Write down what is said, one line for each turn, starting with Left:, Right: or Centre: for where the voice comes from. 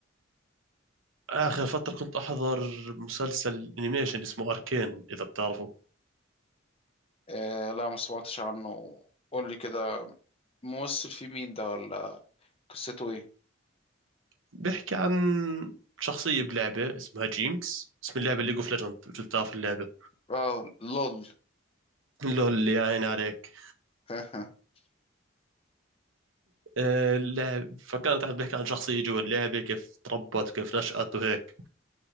Right: اخر فترة كنت احضر مسلسل انيميشن اسمه اركين اذا بتعرفه
Left: آه لا ما سمعتش عنه قول لي كده ممثل فيه مين ده ولا قصته ايه
Right: بيحكي عن شخصية بلعبة اسمها جينكس اسم اللعبة ليج اوف ليجند مش بتعرف اللعبة
Left: اه لول
Right: <laughs> لول اللي يا عيني عليك
Left: <laughs>
Right: آه، اللعب فكانت عم بحكي عن شخصية جوا اللعبة كيف تربت وكيف نشأت وهيك